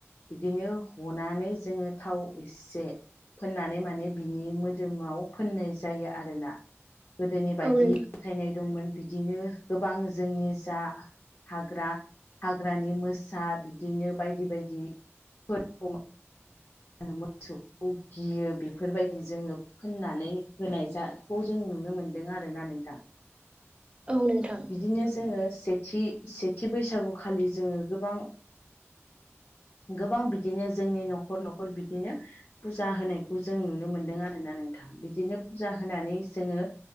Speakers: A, on the left; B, on the right.
A: बिदिनो हनानै जोङो थाव एसे फोननानै माने बिनि मोदोमाव फोननाय जायो आरोना। गोदोनि बायदि
B: औ नोंथां
A: फोथायनाय दंमोन बिदिनो गोबां जोंनि जा हाग्रा हाग्रानि मोसा बिदिनो बायदि बायदिफोरखौ। मोसौखौ गियो बेफोरबायदि जोङो। होननानै होनायखौ जों नुनो मोन्दों आरोना नोंथां।
B: <inaudible>
A: औ
B: नोंथां
A: बिदिनो जोङो सेथि सेथि बैसागुखालि जोङो गोबां। गोबां बिदिनो जोंनि न'खर न'खर बिदिनो फुजा होनायखौ जों नुनो मोनदों आरोना नोंथां बिदिनो फुजा होनानै जोङो